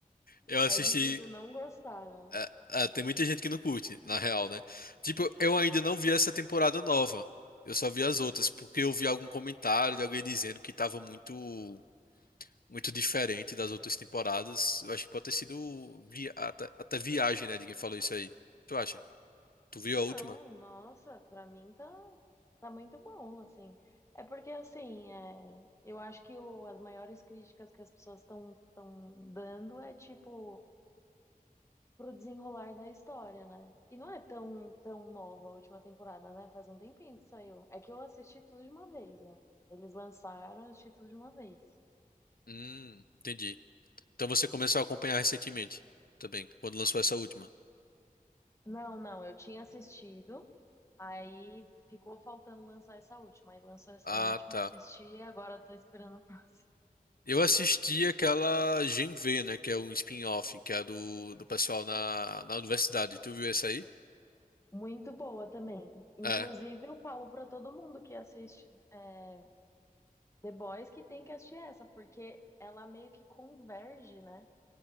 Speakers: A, on the left; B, on the left.
A: Eu assisti.
B: É difícil não gostar, né?
A: ah, ah, tem muita gente que não curte, na real, né? Tipo, eu ainda não vi essa temporada nova. Eu só vi as outras, porque eu vi algum comentário de alguém dizendo que tava muito. muito diferente das outras temporadas. Eu acho que pode ter sido via- até, até viagem, né, de quem falou isso aí. Tu acha? Tu viu
B: Não,
A: a última?
B: nossa, pra mim tá, tá muito bom, assim. É porque, assim, é, eu acho que o- as maiores críticas que as pessoas estão estão dando é, tipo, pro desenrolar da história, né? E não é tão, tão nova a última temporada, né? Faz um tempinho que saiu. É que eu assisti tudo de uma vez, né? Eles lançaram, eu assisti tudo de uma vez.
A: Hum, entendi. Então você começou a acompanhar recentemente também, quando lançou essa última.
B: Não, não, eu tinha assistido, aí ficou faltando lançar essa última. Aí lançou essa
A: Ah,
B: última,
A: tá.
B: assisti e agora tô esperando a próxima.
A: Eu assisti aquela Gen V, né, que é um spin-off, que é do, do pessoal na, na universidade. Tu viu essa aí?
B: Muito boa também. Inclusive,
A: É.
B: eu falo para todo mundo que assiste é, The Boys que tem que assistir essa, porque ela meio que converge, né,